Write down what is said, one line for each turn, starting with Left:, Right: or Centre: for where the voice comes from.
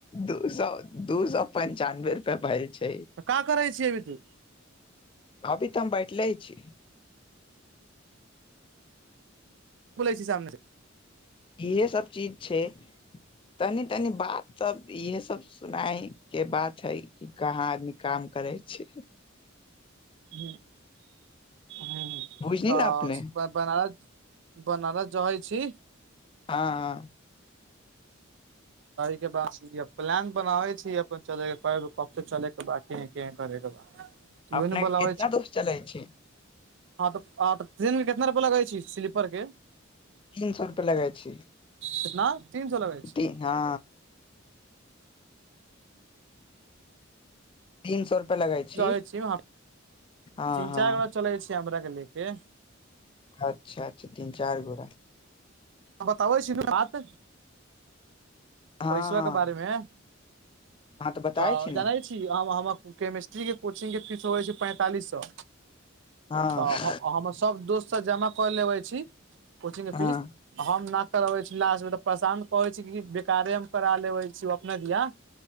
Left: दू सए दू सए पञ्चानबे रुपए भाई छैअभी
Right: का करै छियै अभी तू
Left: तऽ हम ब लई छै
Right: बोलै छै सामने से
Left: इहे सब चीज छै तनी तनी बात सब इहे सब सुनाय के बात है कि कहाँ आदमी काम करै छी
Right: ह ह ह
Left: बुझली
Right: तऽ
Left: ने अपने
Right: बनार बनारस जहै छी
Left: हँ हँ
Right: के बात प्लान बनाबे छी अपन चलेके कबे चलेके ब कें करेके तू
Left: अपने
Right: ए ने बोलाबै
Left: के कितना
Right: छै
Left: दोस्त चले छै
Right: हँ तऽ तऽ ट्रेनमे कितना रुपैआ लगै छी स्लीपरके
Left: तीन सौ रुपआ लगइ छी
Right: कितना तीन सौ लगै छी
Left: तीन हँ तीन सौ लगे छी
Right: ए छीयै
Left: हँ
Right: तीन
Left: हँ
Right: चारि गो चलै छी हमराके लेके
Left: अच्छा अच्छा तीन चार घोड़ा
Right: बताबै छी न बात
Left: हँ
Right: पैसबा के बारेमे
Left: हँ हँ बताबै
Right: तऽ
Left: ने
Right: जनै छी हम हम केमिस्ट्रीके कोचिंगके फीस होइ छै पैंतालिस सौ
Left: हँ
Right: तऽ हम सभ दोस्तसँ जमा कऽ लेबै छी कोचिंगके
Left: हँ
Right: फीस हम ना करबै छी लास्टमे तऽ प्रशान्त कहै छी कार मे करा लेे छी अपने दिया